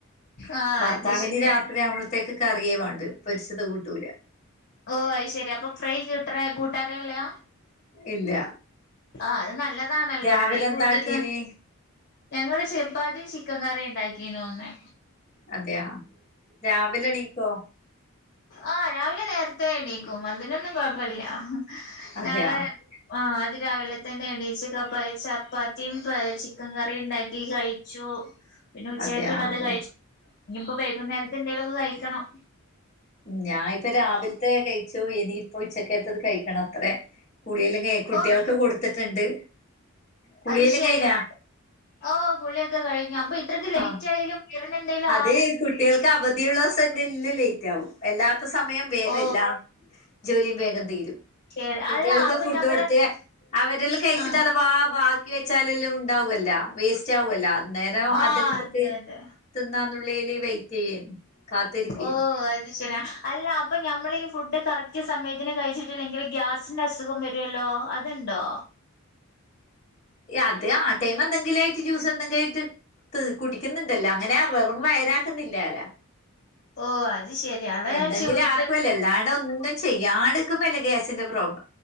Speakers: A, on the left (about 50°); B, on the left (about 35°).
A: ആ
B: ഭർത്താവിന്
A: അത് ശരി
B: രാത്രി നമ്മൾ കുട്ട്യാക്ക് കറിയേ വേണ്ട് പൊരിച്ചത് കൂട്ടൂല
A: ഓ അ ശെരി അപ്പൊ ഫ്രൈ കിട്ടറ കൂട്ടാര ല്ലെയ
B: ഇല്ല
A: ആ അത് നല്ലതാണല്ലോ
B: രാവിലെ
A: ഫ്രൈ
B: എന്താക്കീന്
A: കൂട്ടിക്ക ഞങ്ങള് ചെപ്പാത്തി യും ചിക്കൻ കറിയും ഉണ്ടാക്കീനു ഒന്നേ
B: അതെയ രാവിലെ എണീക്കോ?
A: ആ രാവിലെ നേരത്തെ എണീക്കും അതിനൊന്നും കൊഴപ്പല്ല
B: അതെയാ
A: നളെ ആ അ രാവിലെ തന്നെ എണീച്ച കപ്പ ചപ്പാത്തിയും ചിക്കൻ കറിയും ഉണ്ടാക്കി കഴിച്ചു പിന്നെ ഉച്ചക്കള്ളത്
B: അതെയാ അതെ
A: കഴിച്ച ഇനിയിപ്പോ വൈകുന്നേരത്തെ എന്തെങ്കിലൊക്കെ കഴിക്കണം
B: ഞാനിപ്പ രാവിലത്തെ കഴിച്ചു ഇനി ഇപ്പൊ ഉച്ചക്കത്തത് കഴിക്കണ അത്രേ കുടിയെ <unintelligible> കുട്ടികൾക്ക്
A: ഓ
B: കൊടുത്തിട്ടുണ്ട് കുളിയെല്ലാം
A: അത് ശരി
B: കഴിഞ്ഞാ
A: ഓ കുളിയൊക്കെ കഴിഞ്ഞു അപ്പൊ ഇത്രക്ക് ലേറ്റ്
B: ആഹ്
A: ആയാലും എന്തേലും
B: അത്
A: ആ
B: കുട്ടികൾക്ക് അവധിയുള്ള ദിസം ന്റെ ല്ലാം ലേറ്റ് ആകും എല്ലാ ഇപ്പൊ സമയം വേഗം
A: ഓ
B: ഇല്ല ജോലിയും വേഗം തീരും
A: ശരി
B: കുട്ടികൾക്ക്
A: അല്ല അപ്പൊ
B: ഫുഡ്
A: ഞമ്മള്
B: കൊടുത്ത് അവരെല് കഴിച്ചിട്ട്
A: ആഹ്
B: അത വാ ബാ ക്ക വെച്ചാലെല്ലാം ഉണ്ടാവൊല്ലോ വേസ്റ്റ് ആവോല്ലോ അന്നരം
A: ആഹ്
B: അതെടുത്തിട്ട്
A: അതെ അതെ
B: നന്നുള്ളയില് വെയിറ്റ് ചെയ്യേൻ കാത്തിരിക്കേന്
A: ഓ <unintelligible> അല്ല അപ്പ നമ്മളീ ഫുഡ് കറക്റ്റ് സമയത്തിന് കഴിച്ചിട്ടില്ലെങ്കിൽ ഗ്യാസിന്റെ അസുഖം വരുല്ലോ ഓ അതുണ്ടോ
B: അത് ആ ടൈം എന്തെങ്കിലും ആയിട്ട് ജ്യൂസ് എന്തെങ്കിലും ആയിട്ട് കുടിക്കുന്നുണ്ടല്ലോ അങ്ങനെ വെറും വയരാക്കുന്നില്ലലോ
A: ഓ അത് ശരി അതാ
B: എന്തെങ്കിലും
A: ഞാൻ ചോദിച്ചത്
B: ആക്കല്ലോ എല്ലാട ഒന്നും ചെയ്യാൻ എടുക്കുമല്ലേ ഗ്യാസിന്റെ പ്രോബ്